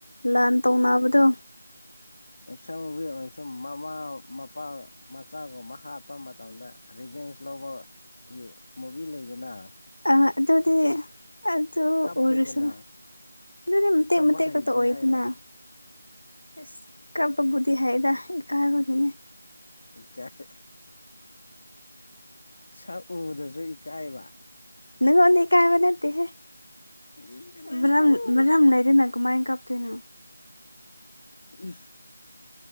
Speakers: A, on the left; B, on the left.
A: ꯂꯟ ꯇꯧꯅꯕꯗꯣ
B: ꯑ ꯑꯦꯁꯪꯒꯤ ꯑꯣꯏꯔꯁꯨ ꯃꯃꯥ ꯃꯄꯥ ꯃꯆꯥꯒꯨꯝꯕ ꯍꯥꯠꯄ ꯃꯇꯝꯗ ꯚꯦꯟꯁ ꯂꯧꯕꯒꯤ ꯃꯨꯚꯤ ꯂꯩꯗꯅ
A: ꯑ ꯑꯗꯨꯗꯤ ꯑꯗꯨ
B: ꯀꯞꯄꯦꯗꯅ
A: ꯑꯣꯔꯁꯨ ꯑꯗꯨꯦ ꯃ ꯇꯠ
B: ꯀꯞꯄ
A: ꯃ ꯇꯠ
B: ꯍꯩꯇꯦ
A: ꯀꯛꯇ ꯑꯣꯏꯗꯅ
B: ꯍꯥꯏꯔꯣ
A: ꯑꯁ ꯀꯄꯕꯨꯗꯤ ꯍꯥꯏꯔ ꯏ ꯀꯥꯕꯒꯤꯅꯦ
B: ꯏꯀꯥꯏ ꯁꯛ ꯎꯗꯁꯨ ꯏꯀꯥꯏꯕ
A: ꯅꯪꯉꯣ ꯑꯅꯤ ꯀꯥꯏꯕ ꯅꯗꯤ ꯍꯦ꯭ꯔꯝ꯭ꯔꯝ
B: ꯏ ꯀꯗꯥꯏꯗꯅꯣ
A: ꯂꯩꯗ ꯅꯪ ꯀꯃꯥꯏ ꯀꯥꯄꯇꯅꯣ
B: ꯎ